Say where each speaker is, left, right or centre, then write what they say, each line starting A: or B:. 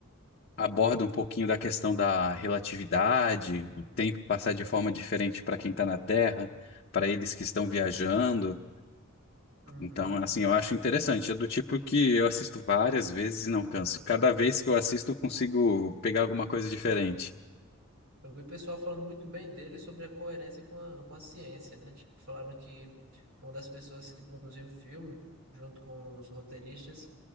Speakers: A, on the left; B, on the right.
A: aborda um pouquinho da questão da relatividade, o tempo passar de forma diferente para quem está na Terra, para eles que estão viajando.
B: Uhum.
A: Então, assim, eu acho interessante. É do tipo que eu assisto várias vezes e não canso. Cada vez que eu assisto, eu consigo pegar alguma coisa diferente.
B: Eu vi o pessoal falando muito bem dele sobre a coerência com a, com a ciência, né? Tipo, falaram que uma das pessoas que produziu o filme, junto com os roteiristas,